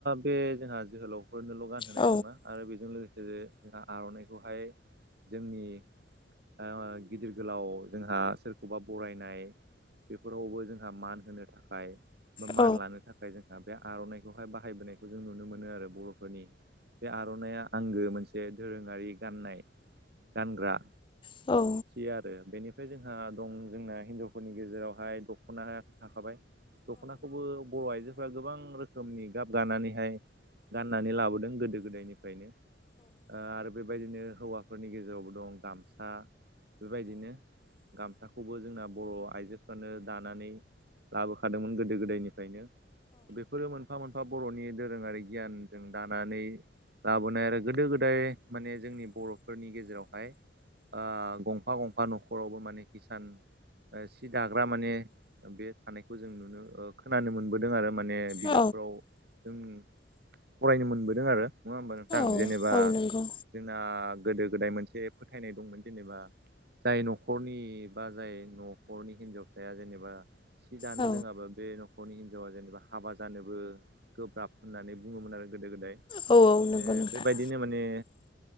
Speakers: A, on the right; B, on the left.
A: बे जोंहा जोहोलावफोरनोल' गानहोनाय
B: औ
A: नङा आरो बेजों लोगोसे जोंहा आर'नाइखौहाय जोंनि ओ गिदिर गोलाव जोंहा सोरखौबा बरायनाय बेफोरावबो जोंहा मान होनो थाखाय बा मान
B: औ
A: लानो थाखाय जोंहा बे आर'नाइखौहाय बाहायबोनायखौ जों नुनो मोनो आरो बर'फोरनि बे आर'नाइया आंगो मोनसे दोरोङारि गाननाय गानग्रा
B: औ
A: खिया आरो बेनिफ्राय जोंहा दं जोंना हिजावफोरनि गेजेरावहाय दख'ना थाखाबाय दख'नाखौबो बर' आइजों गोबां रोखोमनि गाब गानानैहाय गाननानै लाबोदों गोदो गोदायनिफ्रायनो ओ आरो बेबायदिनो हौवाफोरनि गेजेरावबो दं गामसा बेबायदिनो गामसाखौबो जोंना बर' आइजोफ्रानो दानानै लाबोखादोंमोन गोदो गोदायनिफ्रायनो बेफोरो मोनफा मोनफा बर'नि दोरोङारि गियानजों दानानै लाबोनाय आरो गोदो गोदाय माने जोंनि बर'फोरनि गेजेरावहाय ओ गंफा गंफा न'खरावबो माने किसान सि दाग्रा माने बे थानायखौ जों नुनो खोनानो मोनबोदों आरो माने बिजाबफोराव
B: औ
A: जों फरायनो मोनबोदों आरो नङा होमबा नोंथां
B: औ
A: जेनेबा
B: औ नंगौ
A: जोंना गोदो गोदाय मोनसे फोथायनाय दंमोन जेनेबा जाय न'खरनि बा जाय न'खरनि हिनजावसाया जेनेबा सि दानो
B: औ
A: रोङाबा बे नखरनि हिनजावा जेनेबा हाबा जानोबो गोब्राब होननानै बुङोमोन आरो गोदो गोदाय ए
B: औ नंगौ नोंथां
A: बेबायदिनो माने